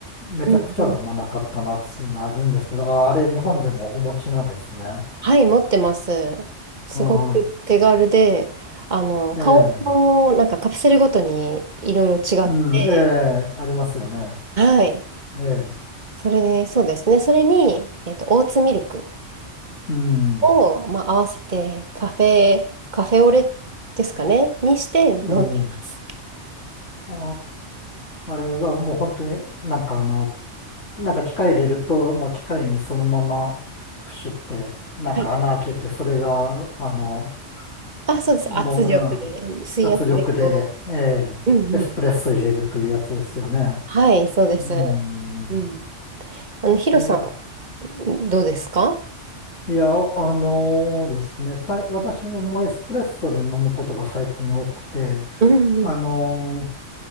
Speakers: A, on the left; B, on the right.
A: めちゃくちゃは飲まなかったなっていうのはあるんですけど、
B: うん、うん。
A: あ、あれ日本でもお持ちなんですね。
B: はい、持ってます。すごく手軽で、
A: あ、は
B: あの、
A: い。
B: 顔のなんかカプセルごとにいろいろ違って、
A: ええ、うん、ええ、ありますよね。
B: はい。
A: ええ、
B: それで、そうですね。それに、えっと、オーツミルク
A: うん、
B: を、まあ、合わせて、カフェ、カフェオレですかね、にして飲んでます。
A: うん。ああ、あれはもう本当になんかあの、なんか機械入れると、もう機械にそのままプシュって、なんか穴開けて、
B: はい。
A: それが、あの、
B: あ、そうです。
A: もう、
B: 圧力で、
A: うん、
B: 水圧でこ
A: 圧力で、ええエスプレッソ入れるというやつですよね。
B: う。うんうん。はい、そうです。
A: うん。
B: うん。あの、ヒロさ
A: え
B: ん、どうですか
A: いや、あのですね、さい、私もエスプレッソで飲むことが最近多くて、
B: うんうん。
A: あの